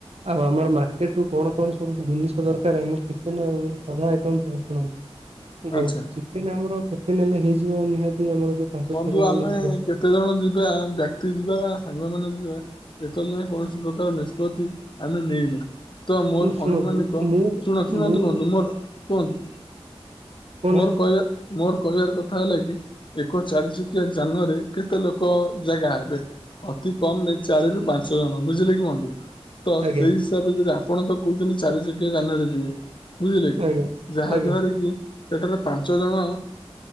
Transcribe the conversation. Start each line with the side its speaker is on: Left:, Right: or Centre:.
Right: ଆଉ ଆମର ମାର୍କେଟ ରୁ କଣ କଣ ସବୁ ଜିନିଷ ଦରକାର ଆମ କେତେ ନା ସା ଆଇ ଶୁଣନ୍ତିୁ
Left: ଆଚ୍ଛା
Right: କ ଚିକେନ ଆମର କେତେ ନେଲେ ହେଇଯିବ ନିହାତି ଆମର ଯୋଉ ପାଞ୍ଚ
Left: ବନ୍ଧୁ
Right: ଛଅ ଜଣ
Left: ଆମେ
Right: ଯିବା।
Left: କେତେ ଜଣ ଯିବା ବ୍ୟକ୍ତି ଯିବା ବା ସାଙ୍ଗ ମାନେ ଯିବା ଏତାଇ କୌଣସି ପ୍ରକାର ନିଷ୍ପତ୍ତି ଆମେ ନେଇନି ତ ମୋର
Right: ଶୁଣନ୍ତୁ
Left: ଅନୁମାନିକ
Right: ମୁଁ
Left: ଶ ଶୁଣନ୍ତୁ
Right: ମୁଁ
Left: ବନ୍ଧୁ ମୋର କୁହନ୍ତୁ
Right: କହୁନାହାନ୍ତି
Left: ମୋର କହିବା ମୋର କହିବାର କଥା ହେଲା କି ଲ ଚାରି ଚକିଆ ଯାନରେ କେତେ ଲୋକ ଜାଗା ହେବେ ଅତି କମ ନାଇ ଚାରି ରୁ ପାଞ୍ଚ ଜଣ ବୁଝିଲେ କୁହନ୍ତୁ ତ ସେଇ
Right: ଆଜ୍ଞା
Left: ହିସାବରେ ଯଦି ଆପଣ ତ କହୁଛନ୍ତି ଚାରିଶକି ଜାନଆରେ ଯିବେ ବୁଝିଲେ କି
Right: ଆଜ୍ଞା।
Left: ଯାହା
Right: ଆଜ୍ଞା
Left: ଦ୍ଵାରା କି ସେଠାରେ ପାଞ୍ଚ ଜଣ